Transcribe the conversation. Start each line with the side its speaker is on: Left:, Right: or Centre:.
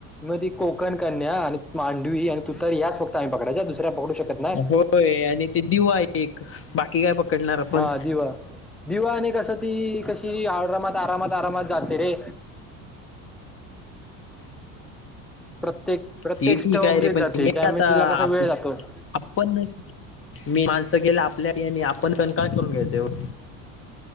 Centre: मग ती कोकण कन्या आणि मांडवी आणि तूतरी याच फक्त आम्ही पकडायच्या दुसऱ्या पकडू शकत नाही
Left: होय आणि ते दिवा एक बाकी काय पकडणार आपण.
Centre: हां दिवा दिवा आणि कसं ती कशी आरामात आरामात आरामात जाते रे. प्रत्येक प्रत्येक
Left: ते
Centre: स्टॉप
Left: ठीक आहे रे
Centre: घेत
Left: पण
Centre: जाते
Left: हे
Centre: त्यामुळे
Left: आता
Centre: तिला कसा
Left: आप
Centre: वेळ जातो
Left: आपण मी माणसं गेलं. आपल्याले आपण सण काय करून घ्यायच येवढ.